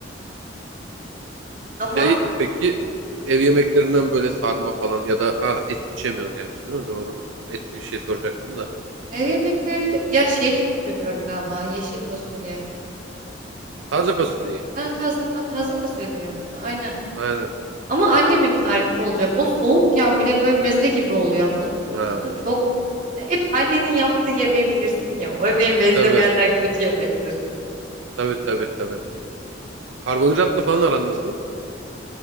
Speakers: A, on the right; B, on the right.
A: <laughs> Ama
B: Şey peki ev yemeklerinden böyle sarma falan ya da ha, et hiç yemiyorsun gerçi değil mi? Doğru.
A: e,
B: Etli bir şey soracaktım da.
A: ev yemeklerinde ya şeyi çok seviyorum galiba. Yeşil fasulye.
B: Taze fasulyeyi.
A: Ha, taze, ha, taze fasulye deniyor değil mi? Aynen.
B: Aynen.
A: Ama annemin tarifi olacak. O soğukken bile böyle meze gibi oluyor anladın mı?
B: Ha,
A: Kadın çok Hep annenin yaptığı yemeği bilirsin ya. O yemeği benzemeyenler
B: tabii
A: kötü yemektir.
B: tabii tabii tabii. Karbonhidratla falan aran nasıl?